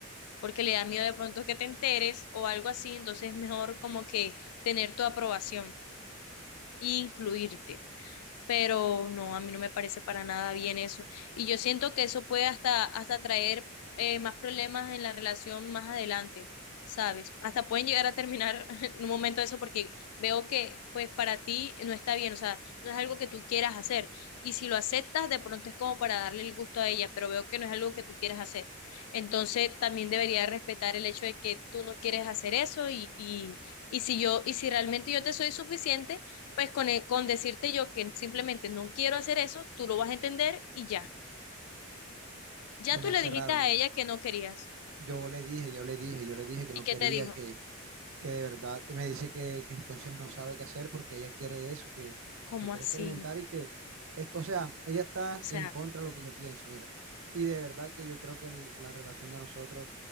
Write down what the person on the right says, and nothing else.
Se
se
me
hace
raro,
mira.
Yo le dije, yo le dije, yo le dije que
no
quería,
que, que de verdad me dice que, que entonces no sabe qué hacer porque ella quiere eso, que
lo quiere
experimentar y que, es que, o sea, ella está
en contra de lo que yo pienso, mira. Y de verdad que yo creo que el- la relación de nosotros